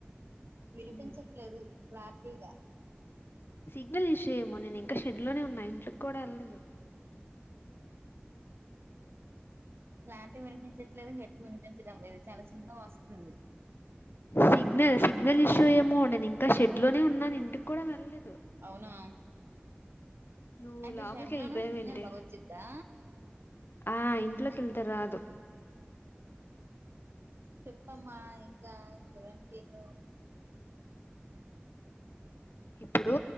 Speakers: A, on the right (about 70°); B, on the left (about 60°).
A: ది వినిపించట్లేదు
B: ఉమ్.
A: క్లారిటీ గా
B: సిగ్నల్ ఇష్షుఏమో నేను ఇంకా షెడ్ లోనే ఉన్నా ఇంట్లోకి కూడా ఎళ్ళలేదు
A: క్లారిటి వినిపించట్లేదు గట్టిగ వినిపించడం లేదు చాలా చిన్నగ వస్తుంది
B: సిగ్నల్ సిగ్నల్ ఇష్యూ ఏమో నేను ఇంకా షెడ్ లోనే ఉన్నాను ఇంటికి కూడా వెళ్ళలేదు
A: అవునా
B: నువ్వు
A: అంటే
B: లోపలికి
A: షడ్
B: వెళ్ళిపోయావేంటి
A: లోనే సిగ్నల్ బాగొచ్చిద్దా
B: ఆ ఇంట్లోకెళితే రాదు
A: సెప్పమ్మా ఇంకా సెవెంటీను
B: ఇప్పుడు